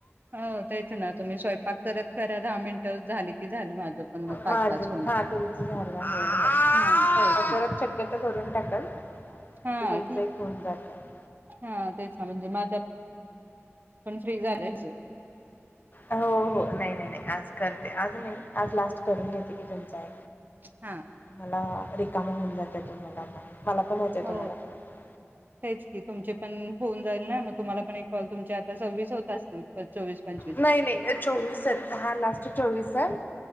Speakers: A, on the right (about 40°); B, on the left (about 40°).
A: हो तेच ना तुम्ही स्वयंपाक करत करा दहा मिनटं झाली की झालं माझ पण मग पाच
B: माझ
A: पाच होऊन जात
B: हा तुमचं झालं हो हो
A: हा
B: स्वयंपाक
A: तेच ना
B: करत शक्यतो करून टाकाल म्हणजे
A: हा
B: तुमचं
A: ठीक
B: एक होऊन जातं
A: हा तेच ना म्हणजे माझ पण फ्री झालं <inaudible> ह <inaudible>
B: हो हो नाही नाही नाही आज करते आज नाही आज लास्ट करून घेते की त्यान चं
A: हा
B: <inaudible> मला रिकाम होऊन जात <inaudible> तुम्हाला <inaudible> होते
A: हो
B: तुम्हाला पण
A: हेच की तुमचे पण होऊन जाईल ना मग तुम्हाला पण एक कॉल तुमच्या आता सहविस होत असतील चोवीस पंचवीस
B: नाही नाही चोवीसयत हा लास्ट चोवीसय